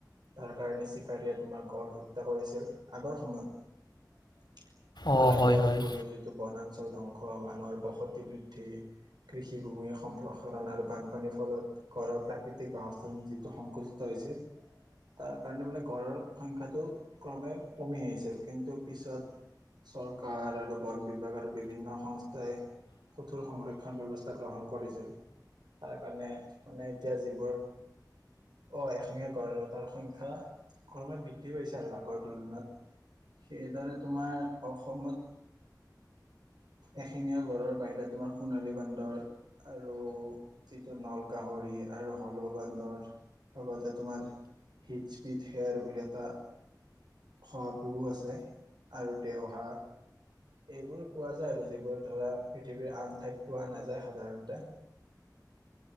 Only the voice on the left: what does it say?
অঁ
হয় হয়